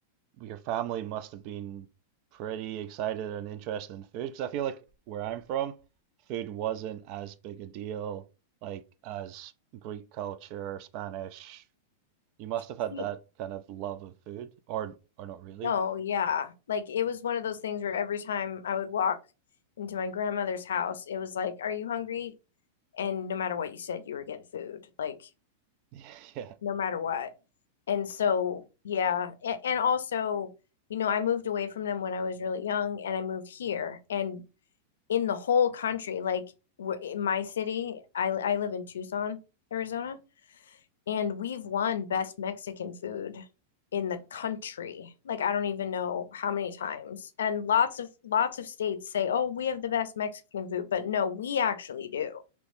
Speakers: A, on the right; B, on the left.
A: your family must have been pretty excited and interested in food because I feel like where I'm from, food wasn't as big a deal like as Greek culture, Spanish. You must have had
B: See-
A: that kind of love of food, or or not really.
B: No, yeah. Like it was one of those things where every time I would walk into my grandmother's house, it was like, Are you hungry? And no matter what you said, you were getting food, like
A: <laughs> Yeah,
B: no matter what. And so, yeah. And, and also, you know, I moved away from them when I was really young and I moved here. And in the whole country, like w- in my city, I, I live in Tucson, Arizona and we've won best Mexican food in the country. Like I don't even know how many times. And lots of lots of states say, "Oh, we have the best Mexican food," but no, we actually do.